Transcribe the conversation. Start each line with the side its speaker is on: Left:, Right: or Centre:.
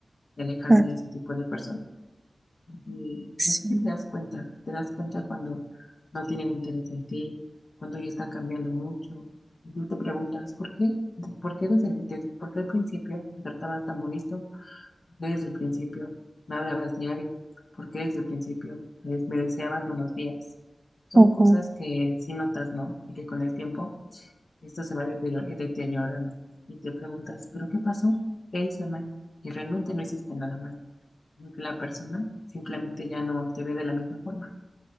Left: de alejarme
Right: ah,
Left: de ese tipo de personas. Porque
Right: sí,
Left: pues es que te das cuenta, te das cuenta cuando no tienen interés en ti, cuando ya están cambiando mucho. Y tú te preguntas, ¿por qué? ¿Por qué desde, desde- por qué al principio me tratabas tan bonito? desde el principio me hablabas diario? porque desde el principio pues, me deseabas buenos días? Son
Right: ujú,
Left: cosas que sí notas, ¿no? Y que con el tiempo esto se va deterioro- deteriorando. Y te preguntas, ¿pero qué pasó? ¿Qué hice mal? Y realmente no hiciste nada mal, sino que la persona simplemente ya no te ve de la misma forma.